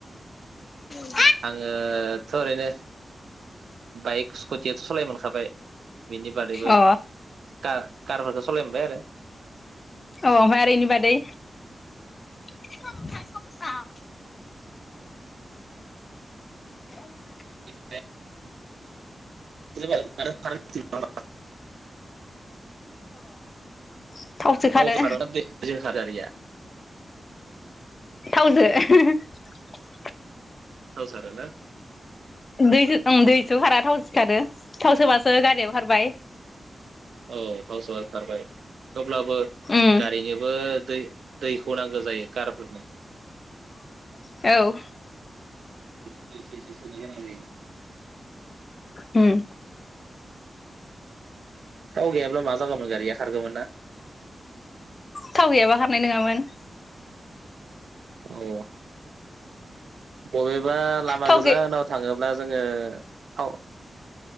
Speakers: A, on the left; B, on the right.
A: <unintelligible>
B: आङोथ' ओरैनो बाइक स्कुटियाथ' सालायोमोन खाबाय बिनि बादैबो
A: अ
B: कार कारफोरखौ सालायनो मोनबाय आरो
A: औ ओमफ्राय आरो इनि बादै <unintelligible> <unintelligible>
B: <unintelligible> <unintelligible> <unintelligible>
A: अ थावसो खारो
B: थावजो खारोना <unintelligible> खारो गारिया
A: थावजो <unintelligible>
B: थावजो खारोना
A: दैजो ओम दैसो खारा थावजोसो खारो थाव सोबासो गारियाबो खारबाय
B: औ थावसोबासो खारबाय अब्लाबो
A: उम
B: गारिनोबो दै दैखौ नांगौ जायो कारफोरनो
A: औ
B: <unintelligible>
A: उम
B: थाव गैयाब्ला मा जागौमोन गारिया खारगौमोन ना
A: थाव गैयाबा खारनाय नङामोन
B: औ बबे बा लामा
A: थाव
B: गोजानाव
A: गै
B: थाङोब्ला जोङो थाव-